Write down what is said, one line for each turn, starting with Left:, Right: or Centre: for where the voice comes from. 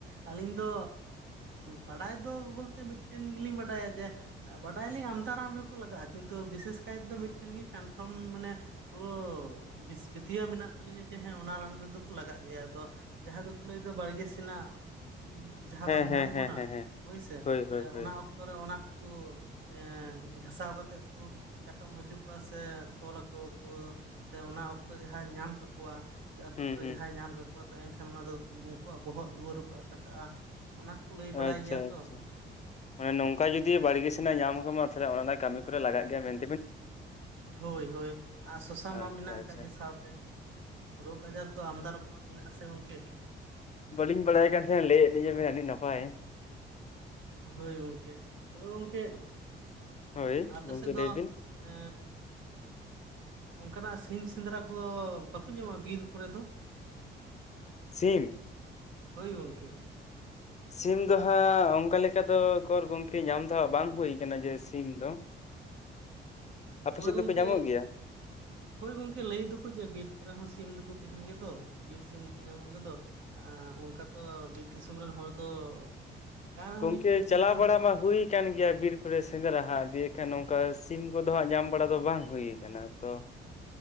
Right: ᱟᱹᱞᱤᱧ ᱫᱚ ᱵᱟᱰᱟᱭ ᱫᱚ ᱵᱚᱞᱛᱮ ᱢᱤᱫᱴᱮᱱ ᱜᱮᱞᱤᱧ ᱵᱟᱰᱟᱭᱟ ᱡᱮ ᱵᱟᱰᱟᱭᱞᱤᱧ ᱟᱢᱫᱟ ᱨᱟᱱ ᱨᱮᱠᱚ ᱞᱟᱜᱟᱜᱼᱟ ᱠᱤᱱᱛᱩ ᱵᱤᱥᱮᱥ ᱠᱟᱭᱛᱮ ᱢᱤᱫᱴᱮᱱ ᱜᱮ ᱠᱟᱱᱯᱷᱨᱚᱢ ᱢᱟᱱᱮ ᱯᱩᱨᱟᱹ ᱯᱟᱹᱛᱭᱟᱹᱣ ᱢᱮᱱᱟᱜ ᱛᱟᱞᱤᱧᱟ ᱡᱮ ᱦᱮᱸ ᱚᱱᱟ ᱨᱟᱱ ᱨᱮᱫᱚ ᱠᱚ ᱞᱟᱜᱟᱜ ᱜᱮᱭᱟ ᱟᱫᱚ ᱡᱟᱦᱟ ᱫᱚᱠᱚ ᱞᱟᱹᱭᱫᱟ ᱵᱟᱲᱜᱮ ᱥᱮᱱᱟᱜ ᱡᱟᱦᱟ
Left: ᱦᱮᱸ
Right: ᱵᱟᱝ
Left: ᱦᱮᱸ
Right: ᱧᱟᱢ
Left: ᱦᱮᱸ
Right: ᱵᱚᱱᱟ
Left: ᱦᱮᱸ ᱦᱮᱸ
Right: ᱦᱳᱭᱥᱮ
Left: ᱦᱳᱭ ᱦᱳᱭ ᱦᱳᱭ
Right: ᱚᱱᱟ ᱚᱠᱛᱚᱨᱮ ᱚᱱᱟ ᱠᱚ ᱮ ᱜᱷᱟᱥᱟᱣ ᱠᱟᱛᱮᱜ ᱠᱚ ᱪᱟᱴᱚᱜ ᱦᱚᱪᱚ ᱠᱚᱣᱟ ᱥᱮ ᱛᱚᱞ ᱟᱠᱚ ᱣᱟᱠᱚ ᱥᱮ ᱚᱱᱟ ᱚᱠᱛᱚ ᱡᱟᱦᱟ ᱧᱟᱢ ᱠᱟᱠᱚᱣᱟ ᱟᱹᱛᱩ
Left: ᱦᱩᱸ
Right: ᱠᱚᱨᱮ
Left: ᱦᱩᱸ
Right: ᱡᱟᱦᱟᱭ ᱧᱟᱢ ᱠᱟᱠᱚᱣᱟ ᱛᱚ ᱮᱱᱠᱷᱟᱱ ᱚᱱᱟ ᱫᱚ ᱩᱱᱠᱩᱣᱟᱜ ᱵᱚᱦᱚᱜ ᱫᱩᱣᱟᱹᱨ ᱨᱮᱠᱚ ᱟᱠᱟ ᱠᱟᱜᱼᱟ ᱚᱱᱟ ᱞᱟᱹᱭ ᱵᱟᱲᱟᱭ
Left: ᱟᱪᱪᱷᱟ
Right: ᱜᱮᱭᱟ ᱛᱚ
Left: ᱟᱪᱪᱷᱟ ᱢᱟᱱᱮ ᱱᱚᱝᱠᱟ ᱡᱩᱫᱤ ᱵᱟᱲᱜᱮ ᱥᱮᱱᱟᱜ ᱧᱟᱢ ᱠᱟᱢᱟ ᱛᱟᱦᱚᱞᱮ ᱚᱱᱟ ᱨᱮᱱᱟᱜ ᱠᱟᱹᱢᱤ ᱠᱚᱨᱮ ᱞᱟᱜ ᱜᱮᱭᱟ ᱢᱮᱱ
Right: ᱦᱳᱭ ᱦᱳᱭ ᱟ ᱥᱚᱥᱟ ᱢᱟ
Left: ᱟᱪᱪᱷᱟ
Right: ᱢᱮᱱᱟᱜ
Left: ᱟᱪᱪᱷᱟ
Right: ᱠᱟᱜ ᱜᱮ ᱥᱟᱶᱛᱮ ᱨᱳᱜᱽ ᱟᱡᱟᱨ ᱫᱚ ᱟᱢᱫᱟ ᱨᱚᱠᱚᱢᱟᱜ ᱢᱮᱱᱟᱜ ᱟᱥᱮ ᱜᱚᱝᱠᱮ
Left: ᱵᱟᱹᱞᱤᱧ ᱵᱟᱲᱟᱭ ᱠᱟᱱ ᱛᱟᱦᱮᱸᱱᱟ ᱞᱟᱹᱭ ᱟᱜ ᱞᱤᱧᱟᱵᱤᱱ ᱟᱹᱰᱤ ᱱᱟᱯᱟᱭ
Right: ᱦᱳᱭ ᱜᱚᱝᱠᱮ ᱛᱚᱵᱮ ᱜᱚᱝᱠᱮ
Left: ᱦᱳᱭ
Right: ᱟᱯᱮ
Left: ᱜᱚᱝᱠᱮ
Right: ᱥᱮᱫ ᱫᱚ
Left: ᱞᱟᱹᱭ ᱵᱤᱱ
Right: ᱮᱻ ᱚᱱᱠᱟᱱᱟᱜ ᱥᱤᱢ ᱥᱮᱸᱫᱽᱨᱟ ᱠᱚ ᱵᱟᱠᱚ ᱧᱟᱢᱚᱜ-ᱟ ᱵᱤᱨ ᱠᱚᱨᱮ ᱫᱚ
Left: ᱥᱤᱢ
Right: ᱦᱳᱭ ᱜᱚᱝᱠᱮ
Left: ᱥᱤᱢ ᱫᱚ ᱦᱟᱜ ᱚᱱᱠᱟ ᱞᱮᱠᱟ ᱫᱚ ᱠᱚᱨ ᱜᱚᱢᱠᱮ ᱧᱟᱢ ᱫᱚ ᱦᱟᱜ ᱵᱟᱝ ᱦᱳᱭ ᱠᱟᱱᱟ ᱡᱮ ᱥᱤᱢ ᱫᱚ ᱟᱯᱮ
Right: ᱛᱚᱵᱮ
Left: ᱥᱮᱫ
Right: ᱜᱚᱝᱠᱮᱪ
Left: ᱫᱚᱠᱚ ᱧᱟᱢᱚᱜ ᱜᱮᱭᱟ
Right: ᱦᱳᱭ ᱜᱚᱝᱠᱮ ᱞᱟᱹᱭᱮᱫ ᱫᱚᱠᱚ ᱡᱮ ᱵᱤᱨ ᱠᱚᱨᱮ ᱦᱚᱸ ᱥᱤᱢ ᱫᱚᱠᱚ ᱛᱟᱦᱮᱱ ᱜᱮᱫᱚ ᱵᱤᱨ ᱥᱤᱢ ᱠᱚ ᱧᱟᱢᱚᱜ ᱜᱮᱫᱚ ᱮᱜ ᱚᱱᱠᱟ ᱛᱚ ᱵᱤᱨ ᱫᱤᱥᱚᱢ ᱨᱮᱱ ᱦᱚᱲ ᱫᱚ ᱠᱟᱱ ᱨᱮᱦᱚᱸ
Left: ᱜᱚᱝᱠᱮ
Right: ᱞᱤᱧ ᱠᱟᱹᱴᱤᱡ
Left: ᱪᱟᱞᱟᱣ
Right: ᱵᱤᱨ ᱫᱚ
Left: ᱵᱟᱲᱟ ᱢᱟ ᱦᱩᱭ ᱠᱟᱱ ᱜᱮᱭᱟ ᱵᱤᱨ ᱠᱚᱨᱮ ᱥᱮᱸᱫᱽᱨᱟ ᱦᱟᱸᱜ ᱫᱤᱭᱮ ᱠᱷᱟᱱ ᱱᱚᱝᱠᱟ ᱥᱤᱢ ᱩᱱᱠᱩ ᱫᱚ ᱦᱟᱸᱜ ᱧᱟᱢ ᱵᱟᱲᱟ ᱫᱚ ᱵᱟᱝ ᱦᱩᱭᱩ ᱠᱟᱱᱟ ᱛᱚ